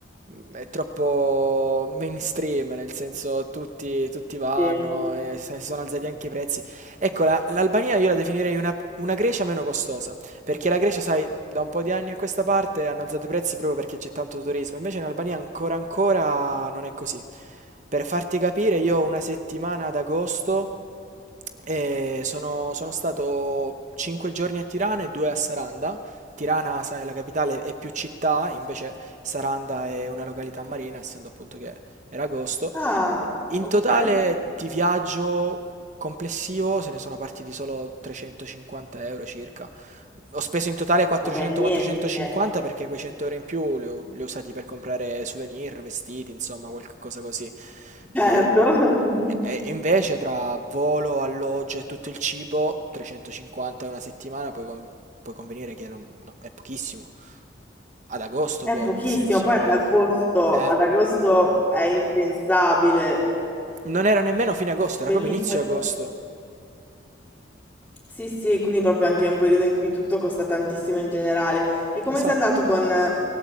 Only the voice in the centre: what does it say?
Sì.
Ah,
ok.
Vabbè, niente.
Certo. <laughs>
È
pochissimo,
poi
ad agosto,
ad agosto è impensabile,
bellissimo.
Sì, sì, quindi proprio anche un periodo in cui tutto costa tantissimo in generale. E come
sei andato con eh,